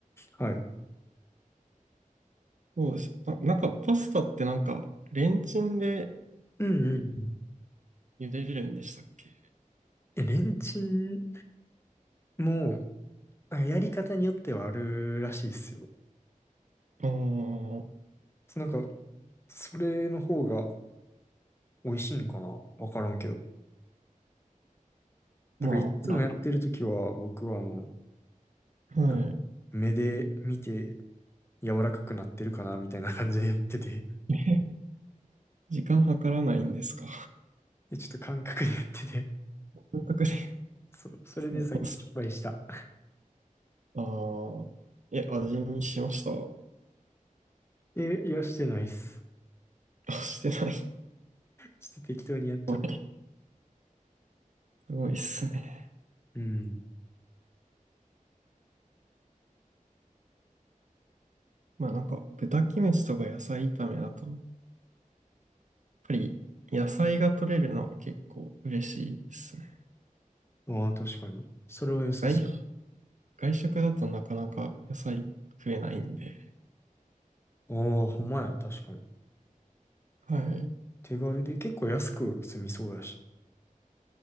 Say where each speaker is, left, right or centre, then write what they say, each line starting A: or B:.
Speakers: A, on the left; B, on the right.
A: はい。
B: そうです。あ、なんかパスタってなんか、レンチンで
A: うんうんうん。
B: 茹でれるんでしたっけ
A: え、レンチンも、あやり方によってはあるらしいっすよ。
B: ああー、
A: そうなんか、それの方が美味しいんかなわからんけど。
B: まあ、
A: なんかいつもやってるときは僕はあの、
B: 楽、は
A: なんか目で見て柔らかくなってるかなみたいな感じでやってて、
B: い。<laughs> え、時間計らないんですか。
A: でちょっと感覚でやってて、
B: 感覚で。<laughs>
A: そう、それでさっき失敗した。
B: そうなんですああ、え、味見しました。
A: え、いや、してないっす。
B: あ、してない。
A: ちょっと適当にやっちゃった。
B: <laughs> はい。すごいっすね。
A: うん。
B: まあなんか豚キムチとか野菜炒めだと、やっぱり野菜が取れるのは結構嬉しいですね。
A: ああ、確かに。それは良さそ
B: 外、外食だとなかなか野菜食えないんで。
A: う。ああ、ほんまや、確かに。
B: はい。
A: 手軽で結構安く済みそうやし。